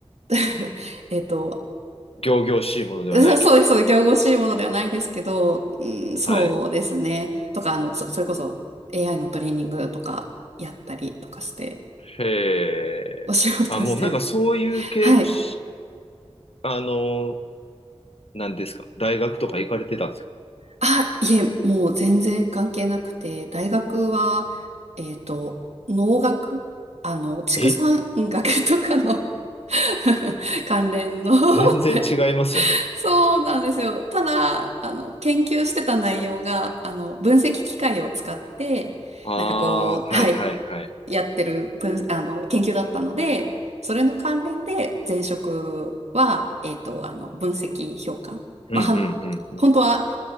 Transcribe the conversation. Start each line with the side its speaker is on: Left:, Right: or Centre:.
Right: う、<laughs> えっと、
Left: 仰々しいものではないけど。
Right: <laughs> そそうです、そうです、仰々しいものではないですけど、うん、そうですね。
Left: はい。
Right: とか、あの、そ、それこそ AI のトレーニングとかやったりとかして、
Left: へえ。
Right: お仕事してます。
Left: あ、もうなんかそういう系のし、
Right: はい。
Left: あの、なんですか。大学とか行かれてたんですか
Right: あ、いえ、もう全然関係なくて、大学は、えっと、農学あの、畜産学とかの
Left: え、
Right: <laughs> 関連の <laughs>
Left: 全然違いますよね。
Right: そうなんですよ。ただ、あの、研究してた内容が、あの、分析機械を使って、
Left: ああー、
Right: なんかこう、はい、
Left: はいはいはい。
Right: やってる分、あの、研究だったので、それの関連で前職は、えっと、あの、分析評価。
Left: うんうんうんうん。
Right: まあ、はん、本当は